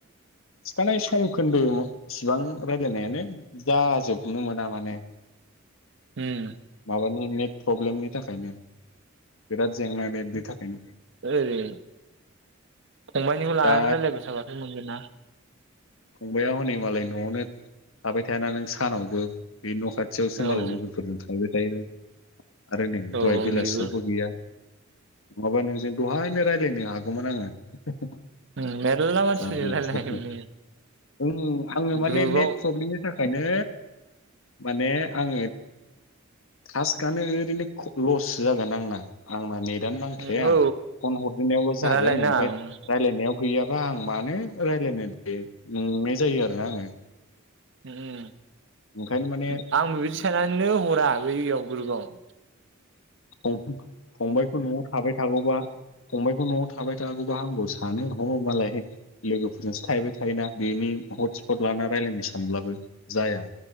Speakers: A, on the left (about 65°); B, on the right (about 60°).
A: सिखानाय सम खोन्दो <unintelligible> इसिबां रायलायनायानो जाजोबनो मोना माने
B: उम
A: माबानि नेट प्रब्लेमनि थाखायनो बिराद जेंना नेटनि थाखायनो
B: <unintelligible> ओरै फंबाइनिखौ लानानै
A: दा
B: रायलायबाय थाबाथ' मोनगोन ना
A: फंबाया हनै मालाय न'आवनो थाबाय थायाना नों सानावबो बे न' खाथियावसो
B: औ
A: मालाय लोगोफोरजों थांबाय थायो आरो नै
B: औ
A: दहाय बेलासियावबो
B: बेबो
A: गैया नङाबा नोंजों दहायनो रायलायनो हागौमोन आङो <unintelligible>
B: उम मेरला मानसिफोरजों
A: जारलासो
B: रायलायनोमोन नोङो
A: <unintelligible> आङो माने
B: ग्रुपाव
A: नेट फ्रब्लेमनि थाख खायनो माने आङो थास्क आनो ओरैनो <unintelligible> लससो जागोन आंना आंना नेट दानो नांखाया
B: उम औ
A: फन हरग्रोनायावल' जागोन
B: रायलायनाङा
A: ओमफाय
B: उम
A: रायायनायाव गैयाबा आं मानो रायलायनो दे <unintelligible> जायो आरोना आङो
B: <unintelligible>
A: ओंखायनो माने
B: उम आं बिबायदि साननानैनो हरा बैयाव ग्रुपआव
A: <unintelligible> फंबायखौ न'आव थाबाय थागौबा फंबायखौ न'आवथ थाबाय थागौबा हामगौ सानो ह' मालाय लोगोफोरजोंसो थाहैबाय थायोना बेनि हट स्पट ला ना रायलायनो सानब्लाबो जाया।